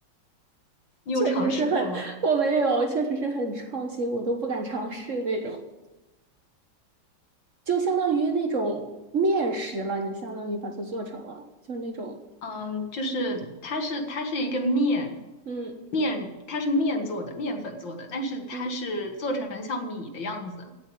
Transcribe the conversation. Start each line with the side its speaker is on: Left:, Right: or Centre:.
Left: <laughs> 你有尝试过吗？
Right: 确实是很，<laughs> 我没有，确实是很创新，我都不敢尝试那种，就相当于那种面食了，你相当于把它做成了，就是那种，
Left: 嗯，就是它是它是一个面
Right: 嗯
Left: 面，它是面做的，面粉做的，但是它是做成像米的样子。
Right: 嗯